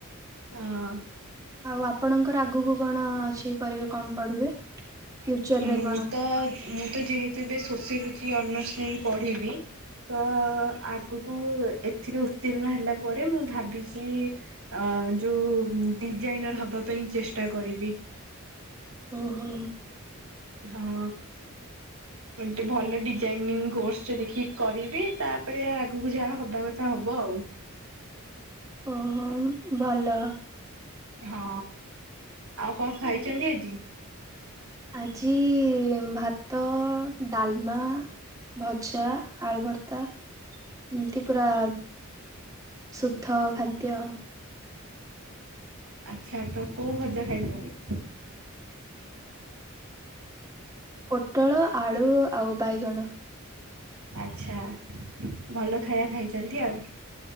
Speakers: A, on the right (about 75°); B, on the right (about 15°).
A: ହଁ।
B: ଆଉ ଆପଣଙ୍କର ଆଗକୁ କଣ ଅଛି କରିବେ କଣ ପଢିବେ? ଫ୍ୟୁଚର
A: ମୁଁ
B: ରେ କଣ?
A: ତ ମୁଁ ତ ଯେହେତୁ ଏବେ ସୋସିଓଲୋଜି ଅନର୍ସ ନେଇକି ପଢିବି। ତ ଆଗକୁ ଏଥିରେ ଉତ୍ତୀର୍ଣ୍ଣ ହେଲା ପରେ ମୁଁ ଭାବିଛି। ଅ ଯୋଉ ଡିଜାଇନର ହବା ପାଇଁ ଚେଷ୍ଟା କରିବି।
B: ଓହୋ।
A: ହଁ। ଗୋଟେ ଭଲ ଡିଜାଇନିଂ କୋର୍ସ ଦେଖିକି କରିବି ତାପରେ ଆଗକୁ ଯାହା ହବା କଥା ହବ ଆଉ।
B: ଓହୋ ଭଲ।
A: ହଁ ଆଉ କଣ ଖାଇଛନ୍ତି ଆଜି।
B: ଆଜି ଭାତ ଡାଲମା। ଭଜା ଆଳୁ ଭର୍ତ୍ତା ଏମିତି ପୁରା। ଶୁଦ୍ଧ ଖାଦ୍ୟ।
A: ଆଛା ତ କୋଉ ଭଜା ଖାଇଛନ୍ତି।
B: ପୋଟଳ ଆଳୁ। ଆଉ ବାଇଗଣ।
A: ଆଚ୍ଛା ଭଲ ଖାଇବା ଖାଇଛନ୍ତି ଆଉ।